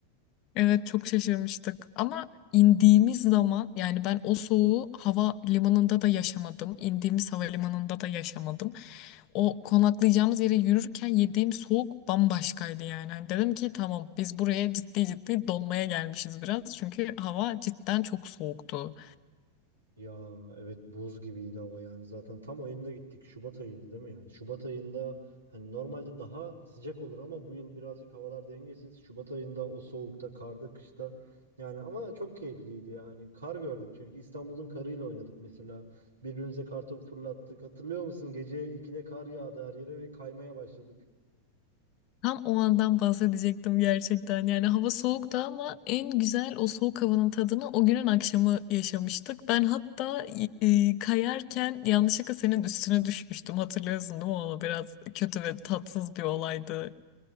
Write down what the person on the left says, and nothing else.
Evet çok şaşırmıştık. Ama indiğimiz zaman yani ben o soğuğu hava limanında da yaşamadım. indiğimiz havalimanında da yaşamadım. O konaklayacağımız yere yürürken yediğim soğuk bambaşkaydı yani. Hani dedim ki tamam biz buraya ciddi ciddi donmaya gelmişiz biraz. Çünkü hava cidden çok soğuktu.
Tam o andan bahsedecektim gerçekten. Yani hava soğuktu ama en güzel o soğuk havanın tadını o günün akşamı yaşamıştık. Ben hatta e, kayarken yanlışlıkla senin üstüne düşmüştüm. Hatırlıyorsun değil mi onu? Biraz kötü ve tatsız bir olaydı.